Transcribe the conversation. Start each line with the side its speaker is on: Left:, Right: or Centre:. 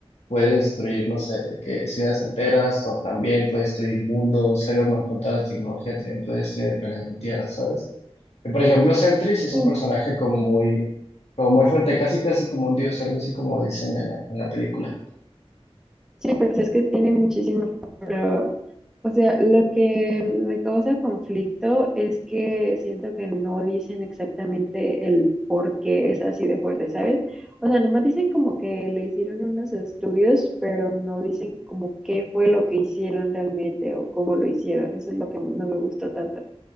Left: puede destruir, no sé, de que ciudades enteras, o también puede destruir mundos, pero más con toda la tecnología también puede destruir el planeta Tierra, ¿sabes? Y, por ejemplo, Sentry sí es
Centre: Mm.
Left: un personaje como muy, como muy fuerte, casi casi como un dios, algo así como dicen en la, en la película.
Centre: Sí, pues es que tiene muchísimo, pero, o sea, lo que me causa conflicto es que siento que no dicen exactamente el por qué es así de fuerte, ¿sabes? O sea, nomás dicen como que le hicieron unos estudios, pero no dicen como qué fue lo que hicieron realmente o cómo lo hicieron. Eso es lo que no me gustó tanto.